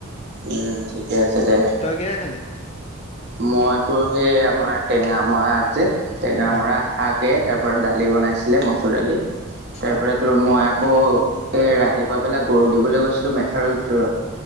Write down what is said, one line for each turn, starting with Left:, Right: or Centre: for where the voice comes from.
Right: উম, ঠিকে আছে দে।
Left: তই কিহে খালি? <unintelligible>
Right: মইতো সেই আমাৰ টেঙা মৰা আগ যে টেঙা মৰা।
Left: অ',
Right: আগে তাৰ পৰাৰা দালি বনাইছিলে মচুৰ দালি তাৰ
Left: অ',
Right: পৰা তোৰ মই আকৌ এ ৰাতিপুৱা পেলাই গৰু দিবলৈ গৈছিলোঁ মেথাৰৰ ভিতৰত